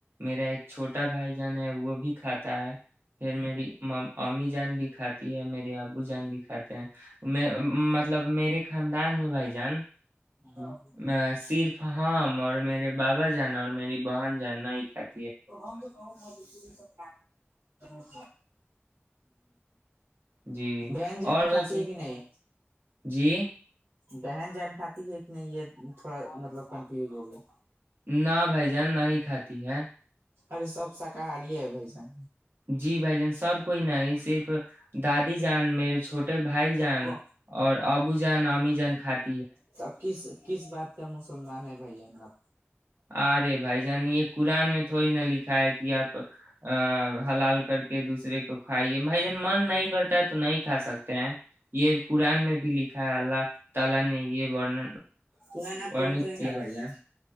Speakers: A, on the right (about 55°); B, on the right (about 75°).
A: میرا ایک چھوٹا بھائی جان ہے وہ بھی کھاتا <inaudible> پھر میری امی جان بھی کھاتی تی ہے میرے ابو جان بھی کھاتے ہیں میں مطلب میرے خاندان میں بھائی جان
B: ہاں
A: میں صرف ہم اور میرے باپ جانا اور میری بہن جانا ہی کات
B: تو ہم تو کہوں مور سب ہوں
A: جی
B: بانجن
A: اور
B: کھاتات
A: ویسے
B: ہے کہ نہیں
A: جی
B: بہن جانکاتی ہے کہ نہیں یہ تھوڑا مطلب کنفیوز ہو گیا
A: نہ بھائی جان نہیں کھاتی ہے
B: ارے سب شاکاہاری ہے بھ جان
A: جی بھائی جان سب کوئی نہیں صرف دادی جان میرے چھوٹے بھائی جان
B: تب کو
A: اور اب جان ہممی جان کھٹ
B: تو کس کس بات کا م سلمان ہے بھیا نا آب
A: ارے بھائی جان یہ قران میں تھوڑی نہ لکھا ہے کہ اپ ا حلال کر کے دوسرے کو کھائیے بھائی جان من نہیں کرتا ہے تو نہیں کھا سکتے ہیں یہ قران میں بھی لکھا ہے اللہ تعالی نے یہن
B: قرآن آپ
A: وورنت
B: پڑھتے ہیں
A: کیا
B: بھائی جان